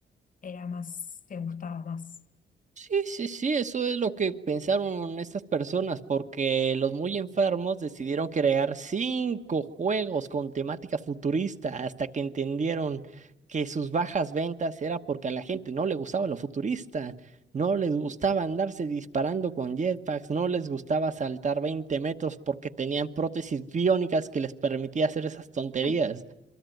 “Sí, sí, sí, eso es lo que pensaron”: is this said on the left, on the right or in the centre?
Right